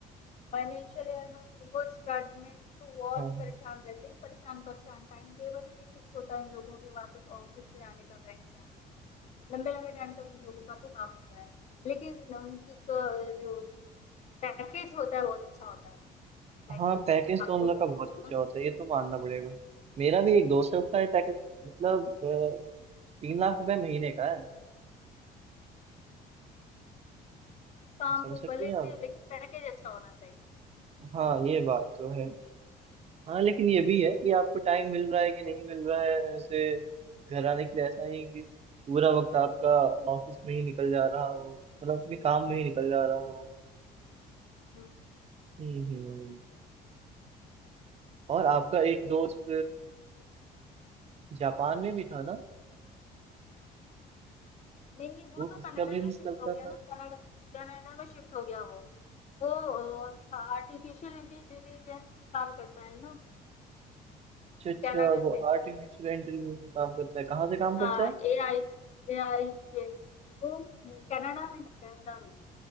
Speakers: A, on the left; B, on the right.
A: फाइनेंशियल ईयर में वो स्टार्ट में तो वो और
B: हाँ
A: भी
B: हाँ
A: परेशान रहते हैं परेशान परेशान टाइम टेबल ही नहीं फिक्स होता इन लोगों के वापस ऑफिस से आने का बैंक से आने लंबे लंबे टाइम तक उन लोगों का तो काम होता है लेकिन उनकी क- जो पैकेज होता है बहुत अच्छा होता है पैकेज
B: हाँ पैकेज
A: आपको
B: तो उन लोग
A: ना,
B: का बहुत अच्छा होता है ये तो मानना पड़ेगा मेरा भी एक दोस्त है उसका ये पैकेज मतलब अ, तीन लाख रुपए महीने का है
A: काम
B: समझ
A: हो
B: सकती
A: भले
B: हैं
A: से
B: आप
A: लेकिन पैकेज अच्छा होना चाहिए
B: हाँ ये बात तो है हाँ लेकिन ये भी है कि आपको टाइम मिल रहा है कि नहीं मिल रहा है ऐसे घर आने के लिए ऐसा नहीं कि पूरा वक्त आपका ऑफिस में ही निकल जा रहा हो मतलब अपने काम में ही निकल जा रहा हो
A: हम्म,
B: हम्म हम्म। और आपका एक दोस्त जापान में भी था ना
A: नहीं वो
B: वो
A: तो
B: किसका
A: कनाडा
B: बिजनेस
A: में शिफ्ट
B: करता
A: हो गया
B: था
A: ना कनाडा कनाडा में शिफ्ट हो गया वो वो आर्टिफिशियल इंटेलिजेंस में काम करता है ना
B: अच्छा अच्छा
A: कनाडा
B: वो
A: से
B: आर्टिफिशियल इंटेलिजेंस में काम करता है कहाँ से काम
A: हाँ
B: करता है
A: ए आई ए आई के वो हम्म, कनाडा में है कनाडा में